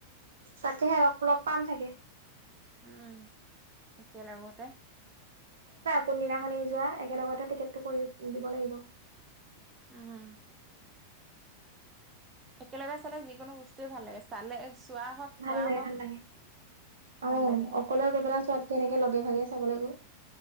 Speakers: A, on the right (about 65°); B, on the right (about 20°).
A: তাকেহে লগ লগ পাম চাগে
B: উম একে লগতে
A: কোনদিনাখনে যোৱা একেলগতে টিকেটটো কৰি দিব লাগিব <inaudible>
B: উম একেলগে চালে যিকোনো বস্তুয়ে ভাল লাগে চালে চোৱা হওক খোৱা
A: ভাল লাগে
B: হওক
A: ভাল লাগে
B: ভাল
A: অ
B: লাগে
A: অকলে গৈ পেলাই চোৱাত কে এনেকে লগে ভাগে চাব লাগিব